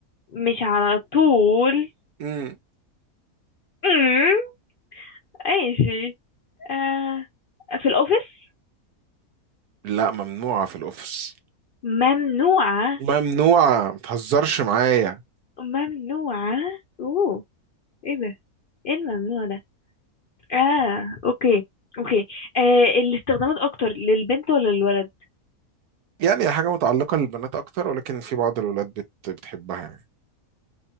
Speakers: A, on the left; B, on the right.
A: مش على طول
B: مم
A: امم ماشي آه في الاوفيس
B: لا ممنوعة في الاوفيس
A: ممنوعة
B: ممنوعة ما تهزرش معايا
A: ممنوعة اوه ايه ده ايه الممنوع ده اه اوكي اوكي آه الاستخدامات اكتر للبنت ولا للولد
B: يعني حاجة متعلقة للبنات أكتر ولكن في بعض الولاد بت... بتحبها يعني